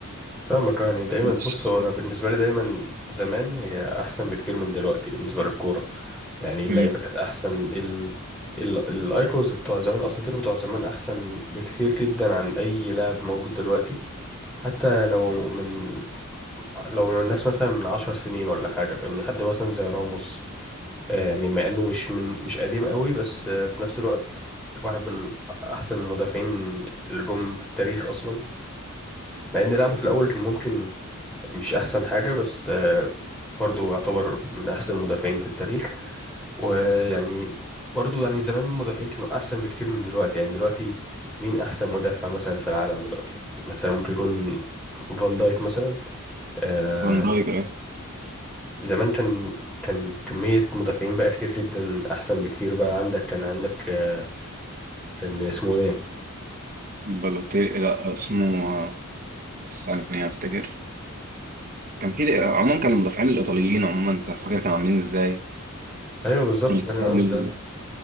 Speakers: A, in the centre; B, on the right (about 40°).
A: فاهمك آه، يعني دايما
B: مش-
A: بص هو انا بالنسبه لي دايما زمان هي احسن بكتير من دلوقتي بالنسبه للكوره يعني إيه اللعيبه
B: مم.
A: كانت احسن ال ال الايكونز بتوع زمان الاساطير بتوع زمان احسن بكتير جدا عن اي لاعب موجود دلوقتي حتى لو من لو الناس مثلا من عشر سنين ولا حاجه فاهمني حد مثلا زي راموس آه، يعني مع انه مش من مش قديم قوي بس آه، في نفس الوقت واحد من احسن المدافعين اللي جم في التاريخ اصلا مع ان لعبه في الاول كان ممكن مش احسن حاجه بس آه، برضه يعتبر من احسن المدافعين في التاريخ ويعني برضه يعني زمان المدافعين كانوا احسن بكتير من دلوقتي يعني دلوقتي مين احسن مدافع مثلا في العالم دلوقتي مثلا ممكن يكون فان دايك مثلا آه،
B: فان دايك أه
A: زمان كان كان كمية مدافعين بقى كتير جدا أحسن بكتير بقى عندك كان عندك آه، كان اسمه إيه؟
B: بالوتيلي لا اسمه آه، ثانية أفتكر كان في عموما كان المدافعين الإيطاليين عموما أنت فاكر كانوا عاملين إزاي
A: أيوه بالظبط
B: الستايل
A: ده اللي أنا قصدي عليه